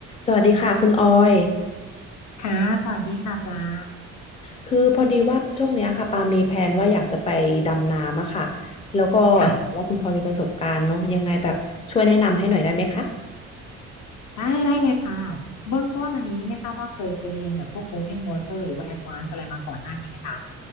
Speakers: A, on the left; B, on the left.
A: สวัสดีค่ะคุณออย
B: ค่ะ สวัสดีค่ะปลา
A: คือพอดีว่าช่วงเนี้ยค่ะปามีแผนว่าอยากจะไปดำน้ำอะค่ะแล้วก็เห็นว่าคุณพลอยมีประสบการณ์เนาะยังไงแบบช่วยแนะนำให้หน่อยได้ไหมคะ
B: ค่ะ ได้ ได้เลยค่ะ เบื้องต้นอันนี้ไม่ทราบว่าเคยไปเรียนแบบพวก Open Water หรือว่า Advanced อะไรมาก่อนหน้านี้ไหมคะ